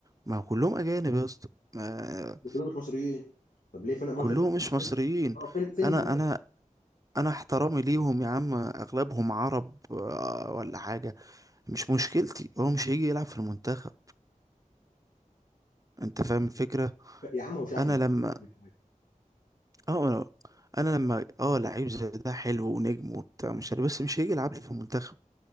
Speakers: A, on the right; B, on the left.
A: ما هو كلهم اجانب يا اسطى ما-
B: كلهم مش مصريين طب ليه فين امال
A: كلهم
B: فين
A: مش مصريين
B: فين اه فين فين
A: انا انا انا احترامي ليهم يا عم اغلبهم عرب آه، ولا حاجه مش مشكلتي هو مش هيجي يلعب في المنتخب انت فاهم الفكره
B: يا عم هو مش عارف
A: انا
B: إن-
A: لما
B: كل
A: اه انا انا لما اه لعيب زي ده حلو ونجم وبتاع مش عارف، بس مش هيجي يلعب لي في المنتخب